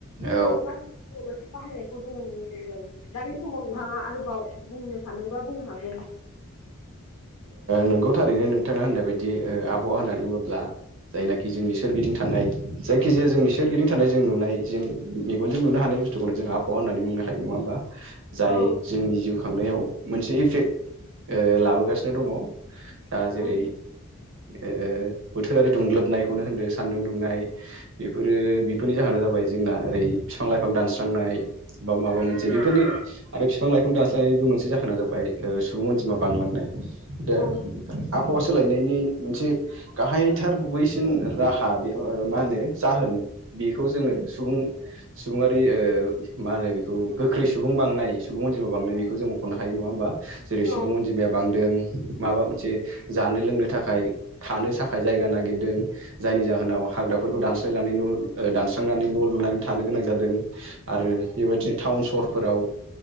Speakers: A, on the left; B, on the right.
A: जोङो
B: औ
A: <unintelligible> बाहायनायखौ जोङो नुनो मोनदों दा बे समाव नोंथाङा आरोबाव बुंनो सानदों बा बुंनो हागोन।
B: नोंगौ थारैनो नोंथाङा होननाय बायदि आबहावा होननानै बुङोब्ला जायनाखि जोंनि सोरगिदिं थानाय जायखिजाया जोंनि सोरगिदिं थानाय जों नुनाय जों मेगनजों नुनो हानाय बुस्थुखौनो जों आबहावा होननानै बुंनो हायो नङा होमबा जाय
A: औ
B: जोंनि जिउ खांनायाव मोनसे इफेक्ट ओ लाबोगासिनो दङ दा जेरै
A: उम
B: ओ बोथोरारि दुंग्लोबनायखौनो होनो सानदुं दुंनाय बेफोरो बेफोरनि जाहोना जाब बाय जोंना ओरै बिफां लाइफां दानस्रांनाय बा माबा मोनसे बेफोरनि आरो बिफां लाइफां दानस्रां नि मोनसे जाहोना जाबाय सुबुं अनजिमा बांलांनाय। दा
A: औ उम
B: आबहावा सोलायनायनि मोनसे गाहायथार गुबैसिन राहा बे मा होनो जाहोन बेखौ जोङो सुबुं सुबङारि ओ मा होनो बेखौ गोख्रै सुबुं बांनाय सुबुं अजिमा बांनायखौ जों मुंख'नो हायो नङा होनोमबा? जेरै सुबुं
A: औ
B: अनजिमाया बांदों माबा मोनसे जानो लोंनो थाख खाय थानो थाखाय जायगा नागिरदों जायनि जोनाव हाग्राफोरखौ दानस स्रांनानै दानस्रां न' लनानै गोनां जादों आरो बेबायदिनो टाउन सहरफोराव